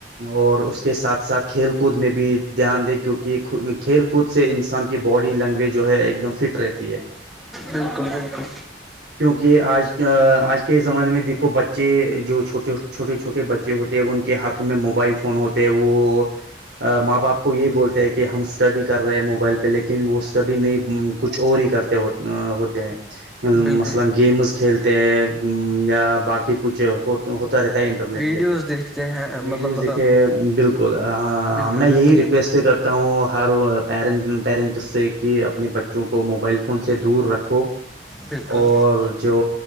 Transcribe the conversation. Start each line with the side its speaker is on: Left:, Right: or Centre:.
Right: اور اس کے ساتھ ساتھ کھیل کود میں بھی دھیان دے کیونکہ کھیل کود سے انسان کی باڈی لینگویج جو ہے ایک دم فٹ رہتی تی ہے
Centre: بالکل بالکل
Right: کیونکہ آج آج کے زمانے میں دیکھو بچے جو چھوٹے چھوٹ چھوٹے چھوٹے بچے ہوتے ہیں ان کے ہاتھوں میں موبائل فون ہوتے ہیں وہ ماں باپ کو یہ بولتے ہیں کہ ہم اسٹڈی کر رہے ہیں موبائل پہ لیکن وہ اسٹڈی نہیں کچھ اور ہی کرتے ہوتے ا ہوتے ہیں
Centre: بالکل
Right: مثلا گیمز کھیلتے ہیں یا باقی کچھ ہو ہوتا رہتا ہے انٹرنیٹ
Centre: ویڈیوز
Right: پہ
Centre: دیکھتے ہیں
Right: ویڈیوز
Centre: مطلب
Right: دیکھے بالکل ہاں
Centre: بالکل
Right: میں یہی
Centre: بالکل
Right: ریکویسٹ کرتا تا ہوں ہر پیرن پیرنٹس سے کہ اپنے بچوں کو موبائل فون سے دور رکھو
Centre: بالکل
Right: اور جو